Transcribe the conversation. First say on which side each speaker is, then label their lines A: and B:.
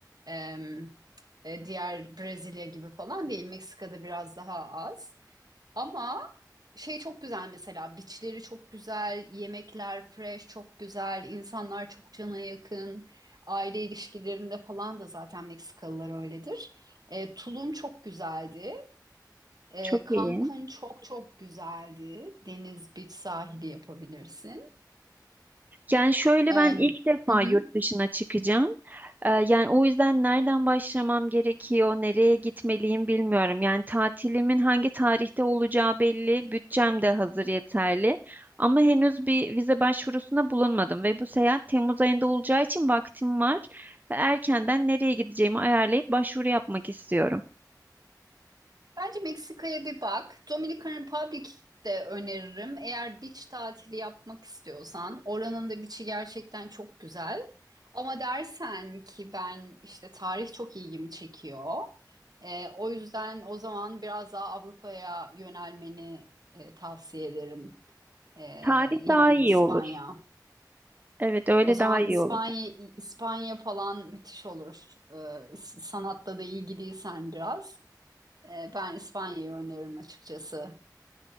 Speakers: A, on the right; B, on the right.
A: E, e, diğer Brezilya gibi falan değil. Meksika'da biraz daha az. Ama şey çok güzel mesela beachleri çok güzel, yemekler fresh çok güzel, insanlar çok cana yakın. Aile ilişkilerinde falan da zaten Meksikalılar öyledir. E, Tulum çok güzeldi. E,
B: Çok iyi.
A: Cancun çok çok güzeldi. Deniz, beach sahili yapabilirsin.
B: Yani şöyle
A: E,
B: ben ilk defa
A: hı hı.
B: yurt dışına çıkacağım. Ee, yani o yüzden nereden başlamam gerekiyor, nereye gitmeliyim bilmiyorum. Yani tatilimin hangi tarihte olacağı belli, bütçem de hazır yeterli. Ama henüz bir vize başvurusunda bulunmadım ve bu seyahat Temmuz ayında olacağı için vaktim var. Ve Erkenden nereye gideceğimi ayarlayıp başvuru yapmak istiyorum.
A: Bence Meksika'ya bir bak. Dominican Republic de öneririm. Eğer beach tatili yapmak istiyorsan, oranın da beach'i gerçekten çok güzel. Ama dersen ki ben işte tarih çok ilgimi çekiyor. Ee, o yüzden o zaman biraz daha Avrupa'ya yönelmeni e, tavsiye ederim. Ee,
B: Tarih
A: yani
B: daha iyi
A: İspanya.
B: olur. Evet, öyle
A: O zaman
B: daha iyi
A: İspanya,
B: olur.
A: İspanya falan müthiş olur. Ee, s- sanatta da ilgiliysen biraz. Ee, Ben İspanya'yı öneririm açıkçası.